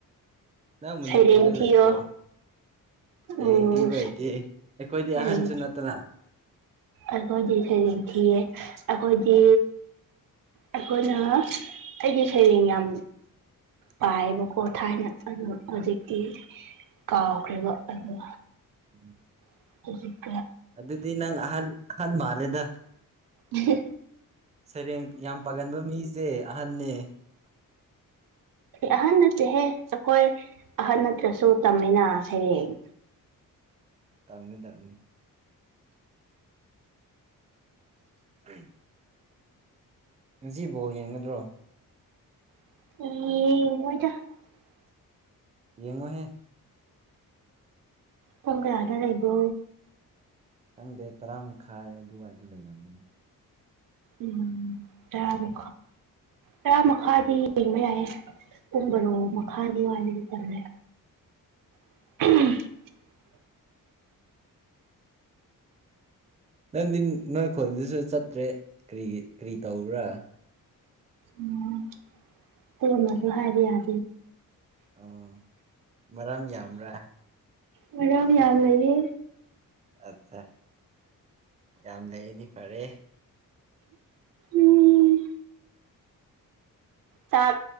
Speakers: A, on the right (about 20°); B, on the right (about 70°).
A: ꯅ ꯃꯅꯤꯄꯨꯔꯗ
B: ꯁꯩꯔꯦꯡ ꯊꯤꯌꯣ
A: ꯂꯩꯇ꯭ꯔꯣ ꯁꯩꯔꯦꯡ
B: ꯎꯝ
A: ꯊꯤꯕ ꯍꯩꯗꯤꯦ ꯑꯩꯈꯣꯏꯗꯤ
B: ꯁꯩꯔꯦꯡ
A: ꯑꯍꯟꯁꯨ ꯅꯠꯇꯅ
B: ꯑꯩꯈꯣꯏꯗꯤ ꯁꯩꯔꯦꯡ ꯊꯤꯌꯦ ꯑꯩꯈꯣꯏꯗꯤ ꯑꯩꯈꯣꯏꯅ ꯑꯩꯒꯤ ꯁꯩꯔꯦꯡ ꯌꯥꯝ ꯄꯥꯏꯌꯦꯕꯀꯣ ꯊꯥꯏꯅ ꯑꯗꯨ ꯍꯧꯖꯤꯛꯇꯤ ꯀꯥꯎꯈ꯭ꯔꯦꯕ ꯑꯣ
A: ꯎꯝ
B: <inaudible>
A: ꯑꯗꯨꯗꯗꯤ ꯅꯪ ꯑꯍꯜ ꯑꯍꯜ ꯃꯥꯂꯦꯗ
B: ꯑꯥꯍꯦ
A: ꯁꯩꯔꯦꯡ ꯌꯥꯝ ꯄꯥꯒꯟꯕ ꯃꯤꯁꯦ ꯑꯍꯟꯅꯅꯦ
B: ꯑꯍꯟ ꯅꯠꯇꯦꯍꯦ ꯑꯩꯈꯣꯏ ꯑꯍꯟ ꯅꯠꯇ꯭ꯔꯁꯨ ꯇꯝꯃꯤꯅ ꯁꯩꯔꯦꯡ
A: ꯇꯝꯒ ꯗꯥꯞꯅꯤ ꯎꯝ ꯖꯤꯕꯣ ꯌꯦꯡꯒꯗ꯭ꯔꯣ
B: ꯌꯦꯡꯉꯣꯏꯗ
A: ꯌꯦꯡꯑꯣꯍꯦ
B: ꯀꯒ ꯑꯔ ꯂꯩ ꯂꯩꯕꯣ
A: ꯆꯪꯗꯦ ꯇꯔꯥ ꯃꯈꯥꯏ ꯑꯗꯨꯋꯥꯏꯗ ꯂꯩꯔꯝꯒꯅꯤ
B: ꯎꯝ ꯇꯔꯥ ꯇꯔꯥꯥ ꯄꯨꯝꯕꯔꯣ ꯃꯈꯥꯗꯣ ꯍꯥꯏꯅꯗꯤ ꯇꯝꯂꯦ <unintelligible>
A: ꯅꯪꯗꯤ ꯅꯣꯏ ꯈꯨꯜꯗꯨꯁꯨ ꯆꯠꯇ꯭ꯔꯦ ꯀꯔꯤ ꯀꯔꯤ ꯇꯧꯕ꯭ꯔꯥ
B: ꯎꯝ ꯇꯃꯁꯨ ꯍꯥꯏꯔ ꯌꯥꯔ
A: ꯑꯣ ꯃꯔꯝ ꯌꯥꯝ꯭ꯔꯥ
B: ꯃꯔꯝ ꯌꯥꯝ ꯂꯩꯌꯦ
A: ꯑꯠꯆꯥ ꯌꯥꯝ ꯂꯩꯗꯤ ꯐꯔꯦ
B: ꯎꯝ ꯆꯥꯛ